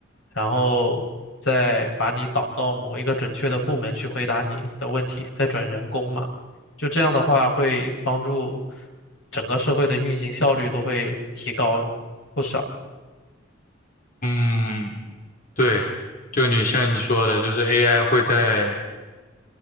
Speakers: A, on the left (about 80°); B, on the left (about 45°).
A: 然后再把你导到某一个准确的部门去回答你的问题，再转人工嘛。就这样的话，会帮助整个社会的运行效率都会提高不少。
B: 嗯，对，就你像你说的，就是 AI 会在